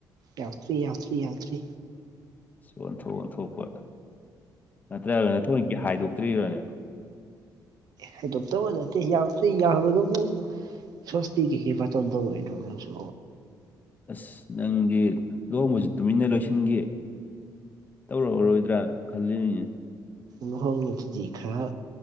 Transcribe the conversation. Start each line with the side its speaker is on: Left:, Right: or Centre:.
Right: ꯌꯥꯎ ꯊ꯭ꯔꯤ ꯌꯥꯎ ꯊ꯭ꯔꯤ ꯌꯥꯎ ꯊ꯭ꯔꯤ
Left: ꯑꯣꯟꯊꯣꯛ ꯑꯣꯟꯊꯣꯛꯄ ꯅꯠꯇ꯭ꯔꯒ ꯅ ꯊꯣꯏꯖꯤꯛꯇꯤ ꯍꯥꯏꯗꯣꯛꯇ꯭ꯔꯤꯕꯅꯦ
Right: ꯍꯥꯏꯗꯣꯛꯞꯇꯧꯕ ꯅꯠꯇꯦ ꯌꯥꯎꯛꯇ ꯌꯥꯎꯔꯒꯕꯨ ꯁ꯭ꯋꯥꯁꯇꯤ ꯀꯦ ꯄ ꯆꯣꯟꯗꯧꯕ ꯑꯣꯏꯗꯁꯨ
Left: ꯑꯁ ꯅꯪꯗꯤ ꯂꯨꯍꯣꯡꯕꯁꯨ ꯇꯨꯃꯤꯟꯅ ꯂꯣꯏꯁꯤꯟꯈꯤ ꯇꯧꯔꯛꯑꯔꯣꯏꯗ꯭ꯔꯥ ꯈꯜꯂꯤꯅꯦ
Right: ꯂꯨꯍꯣꯡꯕꯁꯤꯗꯤ ꯈꯔ